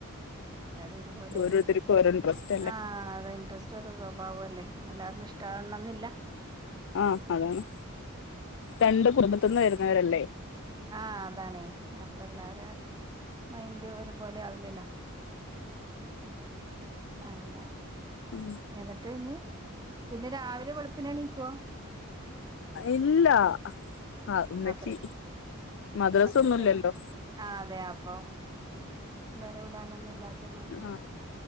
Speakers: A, on the right; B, on the left.
A: എല്ലാരും ഒരുപോലെ
B: ഓരോരുത്തർക്കും
A: ആരിക്കൂലല്ലേ
B: ഓരോ ഇൻട്രസ്റ്റ് അല്ലേ
A: ആഹ് അതെ ഇൻട്രസ്റ്റും ഓരോ സ്വഭാവം അല്ലേ എല്ലാർക്കും ഇഷ് ഇഷ്ടാവണെന്നില്ല
B: ആഹ് അതാണ് രണ്ട് കുടുംബത്ത്ന്ന് വരുന്നവരല്ലേ
A: ആഹ് അതാണേ അപ്പ എല്ലാവരേം മൈൻഡ് ഒരുപോലെ ആവില്ലല്ലോ അങ്ങനെ
B: ഉം
A: എന്നിട്ട് നി പിന്ന രാവിലെ വെളുപ്പിനെണീക്കുഓ
B: ഇല്ല ആ ഉമ്മച്ചി
A: മദ്രസ്
B: മദ്റസൊന്നുല്ലല്ലോ
A: മദ്രസ് ആ അതെ അപ്പം പിള്ളേരെ വിടാനൊന്നും ഇല്ലാത്തെം കൊണ്ട്
B: ആഹാ